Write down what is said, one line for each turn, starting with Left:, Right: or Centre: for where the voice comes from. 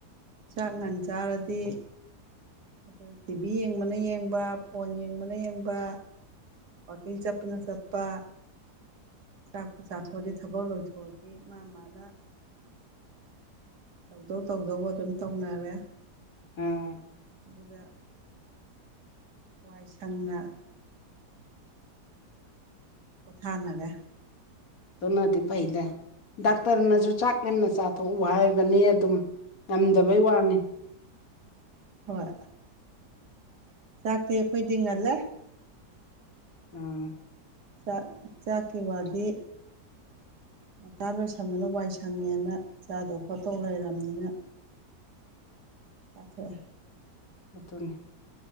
Right: ꯆꯥꯛ ꯉꯟ ꯆꯥꯔꯗꯤ ꯑꯩꯈꯣꯏ ꯇꯤꯚꯤ ꯌꯦꯡꯕꯅ ꯌꯦꯡꯕ ꯐꯣꯟ ꯌꯦꯡꯕꯅ ꯌꯦꯡꯕ ꯋꯥꯛꯀꯤꯡ ꯆꯠꯄꯅ ꯆꯠꯄ ꯆꯥꯛꯄꯨ ꯆꯥꯊꯣꯛꯑꯗꯤ ꯊꯕꯛ ꯂꯣꯏꯊꯣꯛꯑꯗꯤ ꯃꯥ ꯃꯥꯅ ꯇꯧꯗꯧ ꯇꯧꯗꯧꯕ ꯑꯗꯨꯝ ꯇꯧꯅꯔꯦ
Left: ꯎꯝ
Right: ꯑꯗꯨꯒ ꯋꯥꯏ ꯁꯪꯅ ꯄꯣꯊꯥꯅꯔꯦ
Left: ꯑꯗꯨꯅꯗꯤ ꯐꯩꯗ ꯗꯥꯥꯛꯇꯔꯅꯖꯨ
Right: ꯎꯝ
Left: ꯆꯥꯛ ꯉꯟꯅ ꯆꯥꯊꯣꯛꯎ ꯍꯥꯏꯕꯅꯤ ꯑꯗꯨꯝ ꯉꯝꯗꯕꯩ ꯋꯥꯅꯤ
Right: ꯍꯣꯏ ꯆꯥꯛꯇꯤ ꯑꯩꯈꯣꯏꯗꯤ ꯉꯜꯂꯦ
Left: ꯑꯣ
Right: ꯆꯥꯛ ꯆꯥꯛꯀꯤ ꯋꯥꯗꯤ ꯉꯟꯇ ꯂꯣꯏꯁꯟꯕꯅ ꯋꯥꯏꯁꯪꯉꯦꯅ ꯆꯥꯗꯧ ꯈꯣꯠꯇꯧ ꯂꯩꯔꯝꯅꯤꯅ
Left: <unintelligible>
Right: ꯆꯥꯊꫭꯛꯑꯦ
Left: ꯑꯗꯨꯅꯤ